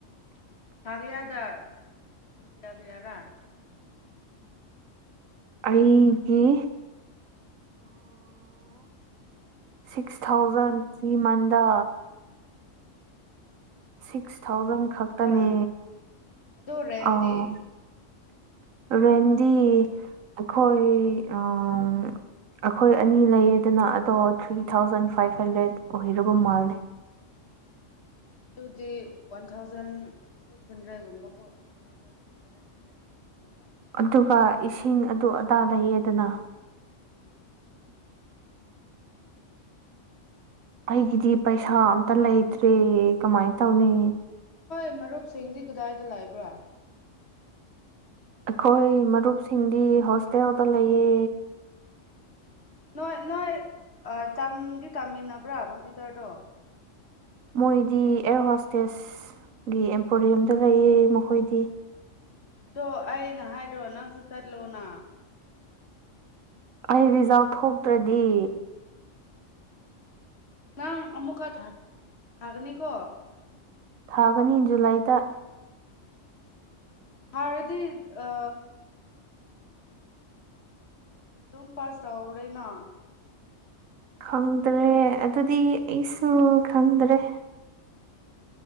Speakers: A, on the left; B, on the right.
A: ꯊꯥꯒꯌꯥꯗ ꯄꯕ ꯌꯥꯒꯌꯥꯔꯥ
B: ꯑꯩꯒꯤ ꯁꯤꯛꯁ ꯊꯥꯎꯖꯟ ꯁꯤ ꯃꯟꯗ ꯁꯤꯛꯁ ꯊꯥꯎꯖꯟ
A: ꯁꯤꯛꯁ
B: ꯈꯛꯇꯅꯦ
A: ꯊꯥꯎꯖꯟ ꯑꯗꯣ ꯔꯦꯟꯗꯤ
B: ꯑꯥꯎ ꯔꯦꯟꯗꯤ ꯑꯩꯈꯣꯏ ꯑꯩꯈꯣꯏ ꯑꯅꯤ ꯂꯩꯌꯦꯗꯅ ꯑꯗꯣ ꯊ꯭ꯔꯤ ꯊꯥꯎꯖꯟ ꯐꯥꯏꯚ ꯍꯟꯗ꯭ꯔꯦꯠ ꯑꯣꯏꯔꯕ ꯃꯥꯜꯂꯦ
A: ꯑꯗꯨꯗꯤ ꯋꯥꯟ ꯊꯥꯎꯖꯟ ꯁꯤꯛꯁ ꯍꯟꯗ꯭ꯔꯦꯗꯀꯨꯝꯕꯀꯣ ꯋꯥꯟ ꯊꯥꯎꯖꯟ ꯁꯚꯦꯟ ꯍꯟꯗ꯭ꯔꯦꯠꯀꯨꯝꯕ
B: ꯑꯗꯨꯒ ꯏꯁꯤꯡ ꯑꯗꯨ ꯑꯗꯥ ꯂꯩꯌꯦꯗꯅ
A: ꯎꯝ
B: ꯑꯩꯒꯤꯗꯤ ꯄꯩꯁꯥ ꯑꯝꯇ ꯂꯩꯇ꯭ꯔꯦ ꯀꯃꯥꯏ ꯇꯧꯅꯤ
A: ꯑꯃꯔꯨꯕꯁꯤꯡꯗꯤ ꯀꯗꯥꯏꯇ ꯂꯥꯏꯕ꯭ꯔꯥ
B: ꯑꯩꯈꯣꯏ ꯃꯔꯨꯞꯁꯤꯡꯗꯤ ꯍꯣꯁꯇꯦꯜꯗ ꯂꯩꯑ
A: ꯅꯣꯏ ꯅꯣꯏ ꯇꯝꯗꯤ ꯇꯝꯃꯤꯟꯅꯕ꯭ꯔꯥ ꯀꯝꯄ꯭ꯌꯨꯇꯔꯗꯣ
B: ꯃꯣꯏꯗꯤ ꯑꯦꯌꯔ ꯍꯣꯁꯇꯦꯁ ꯒꯤ ꯑꯦꯝꯄꯣꯔꯤꯌꯝꯗ ꯂꯩꯌꯦ ꯃꯈꯣꯏꯗꯤ
A: ꯑꯗꯣ ꯑꯩꯅ ꯍꯥꯏꯗ꯭ꯔꯣ ꯅꯪꯁꯨ ꯆꯠꯂꯣꯅ
B: ꯑꯩ ꯔꯤꯖꯥꯕ ꯊꯣꯛꯇ꯭ꯔꯗꯤ
A: ꯅꯪ ꯑꯃꯨꯛꯀ ꯊꯥꯛꯒꯅꯤꯀꯣ
B: ꯊꯥꯒꯅꯤ ꯖꯨꯂꯥꯏꯗ
A: ꯍꯔꯗꯤ ꯑ ꯝ ꯄꯥꯁ ꯇ ꯑꯣꯧꯔꯦꯅꯥ
B: ꯈꯪꯗ꯭ꯔꯦ ꯑꯗꯨꯗꯤ ꯑꯩꯁꯨ ꯈꯪꯗ꯭ꯔꯦ